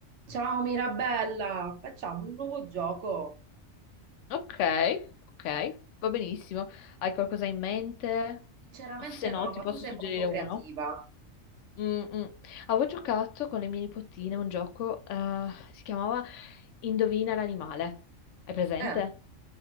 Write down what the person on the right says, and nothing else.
Ciao Mirabella, facciamo un nuovo gioco.
Sinceramente
no,
ma
tu sei
molto creativa.
Eh,